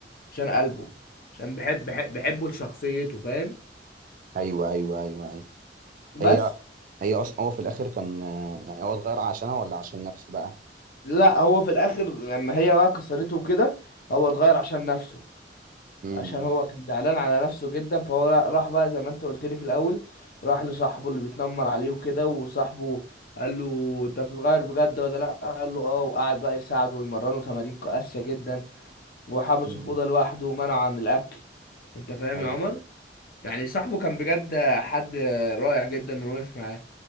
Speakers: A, on the left (about 55°); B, on the right (about 50°).
A: عشان قلبه عشان بحب بحب بحبه لشخصيته فاهم
B: ايوه ايوه ايوه ايوه هي
A: بس
B: هي اصلا هو في الاخر كان آه، يعني هو اتغير عشانها ولا عشان نفسه بقى
A: لا هو في الاخر لما هي بقى كسرته كده هو اتغير عشان نفسه
B: امم
A: عشان هو كان زعلان على نفسه جدا فهو راح بقى زي ما انت قلت لي في الاول راح لصاحبه اللي بيتنمر عليه وكده وصاحبه قال له انت هتتغير بجد ولا لا قال له اه وقعد بقى يساعده ويمرنه تمارين قاسية جدا وحبسه
B: امم
A: في اوضة لوحده ومنعه عن الاكل انت فاهم
B: ايوه
A: يا عمر
B: ايوه
A: يعني صاحبه كان بجد حد رائع جدا انه وقف معاه